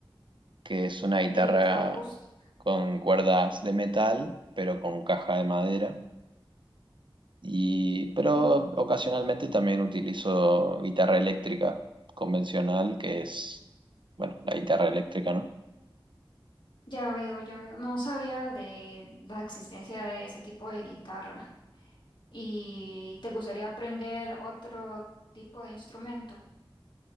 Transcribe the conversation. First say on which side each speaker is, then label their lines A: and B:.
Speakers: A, on the right; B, on the left.
A: que es una guitarra
B: electroacústica.
A: con cuerdas de metal, pero con caja de madera. Y, pero
B: Mm,
A: ocasionalmente también utilizo guitarra eléctrica convencional, que es, bueno, la guitarra eléctrica, ¿no?
B: ya veo, ya veo. No sabía de la existencia de ese tipo de guitarra. ¿Y te gustaría aprender otro tipo de instrumento?